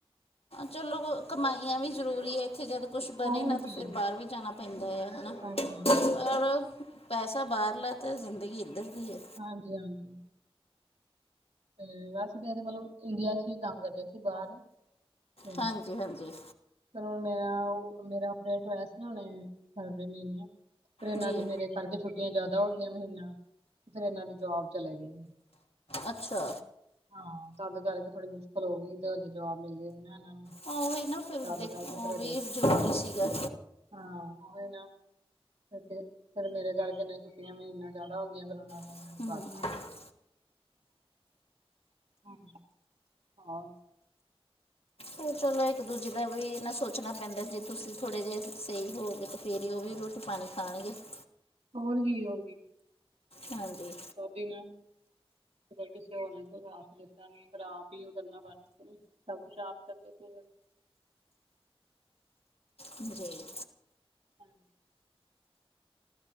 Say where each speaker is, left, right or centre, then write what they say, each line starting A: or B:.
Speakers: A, on the left (about 75°); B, on the right (about 85°).
A: ਚਲੋ ਕਮਾਈਆਂ ਵੀ ਜ਼ਰੂਰੀ ਹੈ ਇੱਥੇ ਜਦ ਕੁਛ ਬਣੇ
B: ਹੋਰ
A: ਨਾ ਤਾਂ
B: ਕੀ
A: ਫਿਰ ਬਾਹਰ ਵੀ ਜਾਣਾ। ਪੈਂਦਾ ਆ ਹਨਾ।
B: ਹਾਂਜੀ- ਹਾਂਜੀ
A: ਔਰ ਪੈਸਾ ਬਾਹਰ ਲੈ ਤਾਂ ਜ਼ਿੰਦਗੀ ਇੱਧਰ ਦੀ ਹੈ।
B: ਹਾਂਜੀ- ਹਾਂਜੀ <unintelligible> ਮਤਲਬ ਇੰਡੀਆ 'ਚ ਵੀ ਕੰਮ ਕਰਦੇ ਸੀ ਬਾਹਰ ਤੇ
A: ਹਾਂਜੀ ਹਾਂਜੀ
B: ਸਰ ਹੁਣ ਮੇਰਾ ਓ ਮੇਰਾ ਅਪਡੇਟ ਹੋਇਆ ਸੀ ਨਾ ਹੁਣੇ ਫਰਵਰੀ ਮਹੀਨੇ ਫਿਰ ਇਹਨਾਂ
A: ਜੀ
B: ਦੀ ਮੇਰੇ ਕਰਕੇ ਛੁੱਟੀਆਂ ਜ਼ਿਆਦਾ ਹੋ ਗਈਆਂ ਮਹੀਨਾ ਫਿਰ ਇਹਨਾਂ ਦੀ ਜੋਬ ਚਲੇ ਗਈ।
A: <inaudible> ਅੱਛਾ
B: ਹਾਂ ਤਦ ਕਰਕੇ ਥੋੜੀ ਮੁਸ਼ਕਿਲ ਹੋ ਗਈ ਤੇ ਅਜੇ ਜੋਬ ਮਿਲਦੀ ਨੀ ਨਾ ਇਹਨਾਂ ਨੂੰ
A: ਹਾਂ ਉਹੀ ਨਾ ਫਿਰ
B: ਤਦ
A: ਦੇਖੋਂ
B: ਕਰਕੇ ਫਿਰ
A: ਉਹ ਵੀ
B: ਹਜੇ
A: ਜ਼ਰੂਰੀ ਸੀਗਾ।
B: ਹਾਂ ਓਹੀ ਨਾ ਫਿਰ ਮੇਰੇ ਕਰਕੇ ਨੇ ਛੁੱਟੀਆਂ ਮਹੀਨਾ ਜ਼ਿਆਦਾ ਹੋ ਗਈਆਂ ਫਿਰ ਉਹਨਾਂ ਨੇ
A: ਹੂੰ
B: ਕਰਤਾ
A: <inaudible>
B: ਅੱਛਾ ਹਾ।
A: ਹੋ ਚਲੋ ਇੱਕ ਦੂਜੇ ਦਾ ਵੀ ਨਾ ਸੋਚਣਾ ਪੈਂਦਾ ਜੇ ਤੁਸੀਂ ਥੋੜੇ ਜਿਹੇ ਸਹੀ ਹੋਗੇ ਤੇ <inaudible> ਫੇਰ ਉਹ ਵੀ ਰੋਟੀ ਪਾਣੀ ਖਾਣਗੇ। <inaudible>
B: ਹੋਰ ਕੀ- ਹੋਰ ਕੀ
A: ਹਾਂਜੀ
B: ਓਹੀ ਨਾ ਕਿਸੇ ਹੋਰ ਨੇ ਤੇ ਸਾਥ ਦਿੱਤਾ ਨ ਫਿਰ ਆਪ ਇਯੋ ਕਰਨਾ ਪੈਣਾ। ਸਭ ਕੁਛ ਆਪ ਕਰਦੇ ਪਏ ਨੇ।
A: ਜੀ
B: <inaudible>